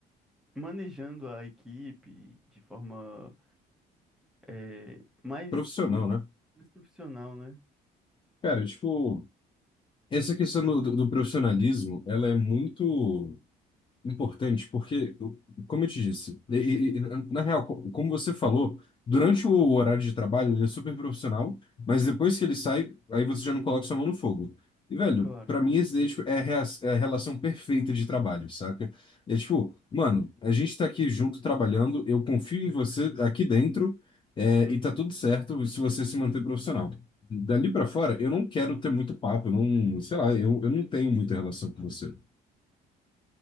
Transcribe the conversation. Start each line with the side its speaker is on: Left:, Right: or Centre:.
Centre: manejando a equipe de forma é, mais,
Left: Profissional, né?
Centre: mais profissional, né?
Left: Cara, tipo, essa questão do, do do profissionalismo, ela é muito. Importante, porque, como eu te disse, e- e- e, na real, co- como você falou, durante o horário de trabalho ele é super profissional, mas depois que ele sai, aí você já não coloca sua mão no fogo. E, velho,
Centre: Claro.
Left: pra mim esse daí é, tipo, é a, rea- é a relação perfeita de trabalho, saca? É tipo, mano, a gente tá aqui junto trabalhando, eu confio em você aqui dentro, é,
Centre: Uhum,
Left: e tá tudo certo se você se manter profissional. Dali pra fora, eu não quero ter muito papo, eu não, sei lá, eu, eu não tenho muita relação com você.